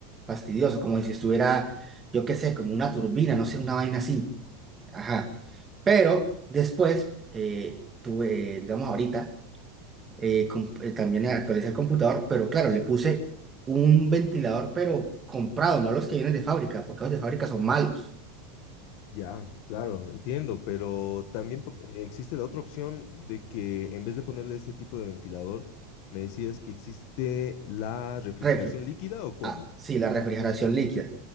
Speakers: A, on the right (about 15°); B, on the left (about 50°).
A: fastidioso, como si estuviera, yo qué sé, como una turbina, no sé, una vaina así. Ajá. Pero después, eh, tuve, digamos ahorita, eh, com- eh, también actualicé el computador, pero claro, le puse un ventilador, pero comprado, no los que vienen de fábrica, porque los de fábrica son malos.
B: Ya, claro, entiendo, pero también po- eh, existe la otra opción de que en vez de ponerle este tipo de ventilador, me decías que existe la refrigeración
A: Refri
B: líquida o cómo.
A: ah, sí, la refrigeración líquida.